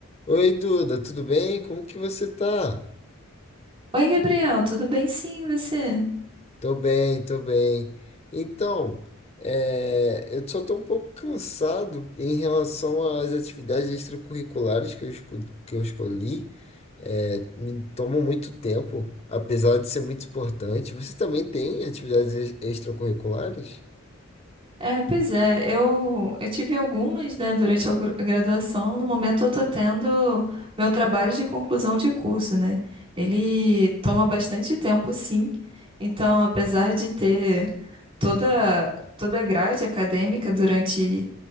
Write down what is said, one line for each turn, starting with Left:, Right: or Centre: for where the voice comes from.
Left: Oi, Duda, tudo bem? Como que você tá?
Right: Oi, Gabriel, tudo bem? Sim, e você?
Left: Tô bem, tô bem. Então, é, eu só tô um pouco cansado em relação às atividades extracurriculares que eu, esco- que eu escolhi. É, me tomam muito tempo, apesar de ser muito importante. Você também tem atividades ex- extracurriculares?
Right: É, pois é, eu, eu tive algumas, né, durante a gru- graduação. No momento eu tô tendo meu trabalho de conclusão de curso, né? Ele toma bastante tempo, sim. Então, apesar de ter toda toda a grade acadêmica durante